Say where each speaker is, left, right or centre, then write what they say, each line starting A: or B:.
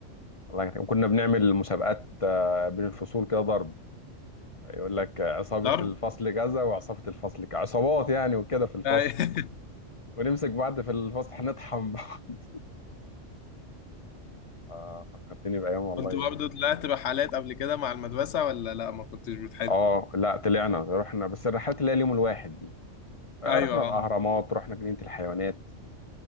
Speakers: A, on the left; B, on the left.
A: الله يكتب. وكنا بنعمل مسابقات آه، بين الفصول كده ضرب يقول لك آه، عصابه
B: <laughs> ضرب
A: الفصل كذا وعصابه الفصل كذا عصابات يعني وكده في الفصل
B: اي <laughs>
A: ونمسك بعض في الفصل هنطحن بعض <laughs> آه فكرتني بايام والله
B: كنت برضه طلعت رحلات قبل كده مع المدرسه ولا لا ما كنتش بتحب
A: اه لا طلعنا رحنا بس الرحلات اللي هي اليوم الواحد دي آه،
B: ايوه
A: رحنا الأهرامات
B: اه
A: رحنا جنينة الحيوانات